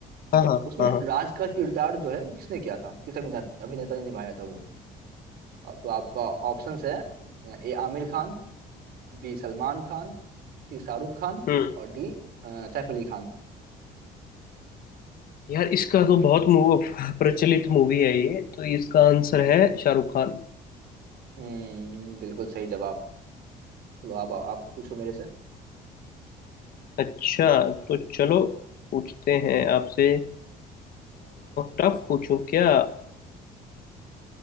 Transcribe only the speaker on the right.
उसमें
राज का किरदार जो है वो किसने किया था किस अभिनेता अभिनेता ने निभाया था वो तो आपका ऑप्शंस है A Aamir Khan B Salman Khan C Shahrukh Khan
और डी सैफ अली खान
हम्म बिल्कुल सही जवाब चलो आप आप पूछो मेरे से